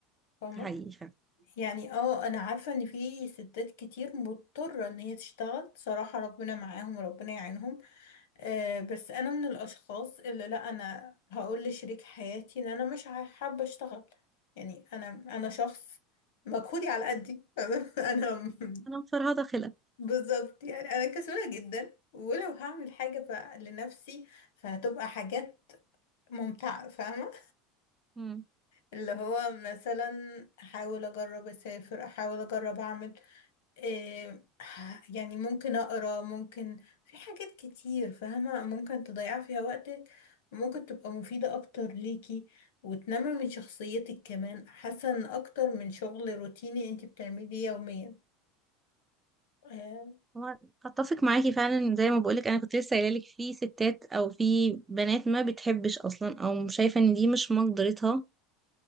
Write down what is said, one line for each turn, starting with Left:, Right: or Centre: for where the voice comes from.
Left: فاهمة
Right: ده حقيقي فعلا
Left: يعني اه انا عارفة ان في ستات كتير مضطرة ان هي تشتغل صراحة ربنا معاهم وربنا يعينهم آه بس انا من الاشخاص اللي لا انا هقول لشريك حياتي ان انا مش عا- حابة اشتغل يعني انا انا شخص مجهودي على قدي <laughs> انا م-
Right: أنا مفرهدة خلق
Left: بالظبط يعني انا كسولة جدا ولو هعمل حاجة ف- لنفسي فهتبقى حاجات ممتعة فاهمة
Right: مم.
Left: اللي هو مثلا احاول اجرب اسافر احاول اجرب اعمل إيه، يعني ممكن أقرأ ممكن في حاجات كتير فاهمة ممكن تضيع فيها وقتك وممكن تبقى مفيدة أكتر ليكي وتنمي من شخصيتك كمان أحسن أكتر من شغل روتيني أنت بتعمليه يوميا آه،
Right: هو اتفق معاكي فعلا زي ما بقولك انا كنت لسه قايله لك في ستات او في بنات ما بتحبش اصلا او شايفه ان دي مش مقدرتها